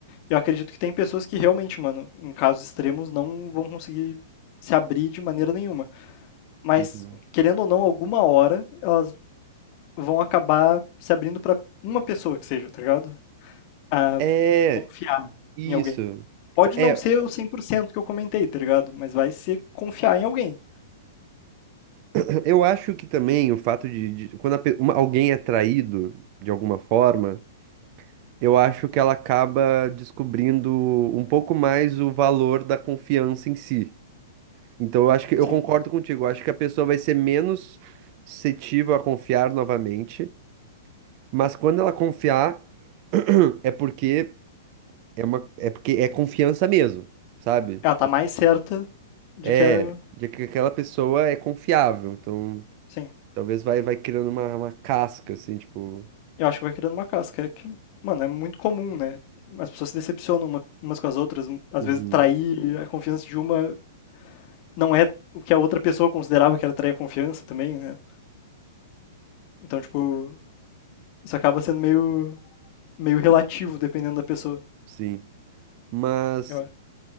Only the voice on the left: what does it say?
Eu acredito que tem pessoas que realmente, mano, em casos extremos, não vão conseguir se abrir de maneira nenhuma. Mas,
querendo ou não, alguma hora elas vão acabar se abrindo pra uma pessoa que seja, tá ligado? A
confiar
em alguém. Pode
não ser o 100% que eu comentei, tá ligado? Mas vai ser confiar em alguém.
Sim.
Ela tá mais certa de
que é.
Sim.
Eu acho que vai criando uma casca. é Que, mano, é muito comum, né? As pessoas se decepcionam uma- umas com as outras. Às
vezes trair a confiança de uma não é o que a outra pessoa considerava que era trair a confiança também, né? Então, tipo, isso acaba sendo meio, meio relativo, dependendo da pessoa.
Eu-